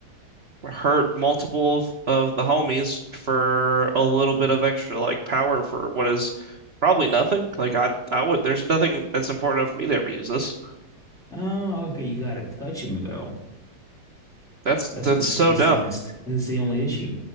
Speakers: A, on the right; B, in the centre.
A: hurt multiple of, of the homies for a little bit of extra like power for what is probably nothing. Like I I would there's nothing that's important enough for me to ever use this.
B: Oh, okay. You gotta touch him though.
A: That's
B: That's
A: that's
B: the
A: so
B: that's
A: dumb.
B: the that's the, that's the only issue.